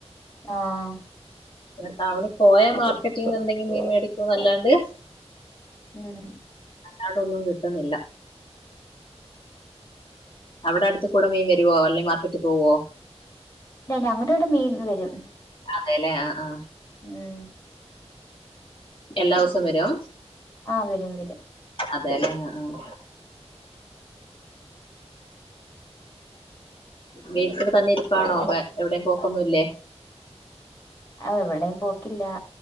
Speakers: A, on the left; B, on the left.
A: ആഹ്
B: പിന്നെ ടൗണി പോയ മാർക്കറ്റീന്നെന്തെങ്കിലും മീൻ മേടിക്കുന്നല്ലാണ്ട്
A: ഉം
B: അല്ലാണ്ടൊന്നും കിട്ടുന്നില്ല അവിടടുത്ത് കൂടെ മീൻ വരുവോ അല്ലേ മാർക്കറ്റി പോവോ
A: ഇല്ല ഞങ്ങടിവിടെ മീൻ വെരും
B: അതേല്ലെ ആഹ് ആഹ്
A: ഉം
B: എല്ലാ ദിവസോം വര്വോ
A: ആഹ് വെരും വെരും
B: അതേല്ലെ ആഹ് ആഹ് വീട്ടില് തന്നെ ഇരിപ്പാണോ ഏഹ് എവിടേം പോക്കൊന്നുംല്ലേ
A: ആഹ് എവിടേം പോക്കില്ലാ